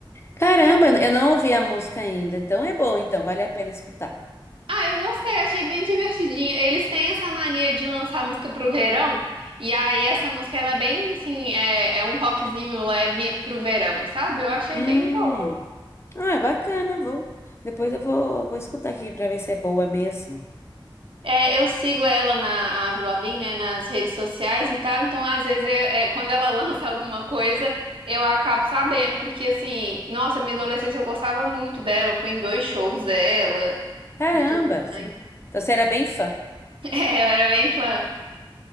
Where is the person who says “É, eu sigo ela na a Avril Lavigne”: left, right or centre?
Right